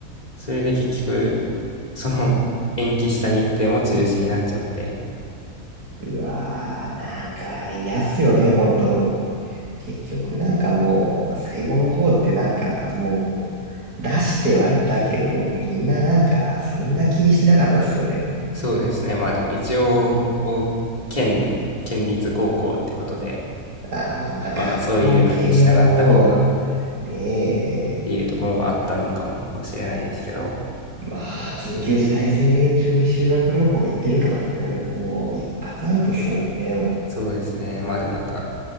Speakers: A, on the left; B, on the right.
A: それで結局、その延期した日程も中止になっちゃって、
B: うわー、なんか嫌っすよね、本当。結局なんかもう、最後の方ってなんかもう、出してはいたけど、みんななんか、そんな気にしてなかったっすよね。
A: そうですね、まあでも一応、県、県立高校ってことで、
B: ああ、まあ学校系はも
A: まあそういうのに従った方がっ
B: う、ね
A: ていうところはあったのかもしれないですけど、
B: え、まあ、緊急事態宣言中に修学旅行行ってるとかってなるともう、一発アウトっすもんね、もう。
A: そうですね、まあでもなんか